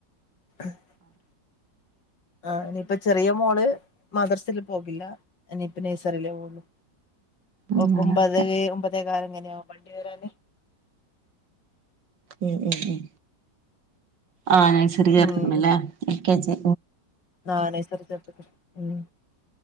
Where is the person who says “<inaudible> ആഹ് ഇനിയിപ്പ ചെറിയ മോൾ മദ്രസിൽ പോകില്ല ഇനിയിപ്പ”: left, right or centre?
Left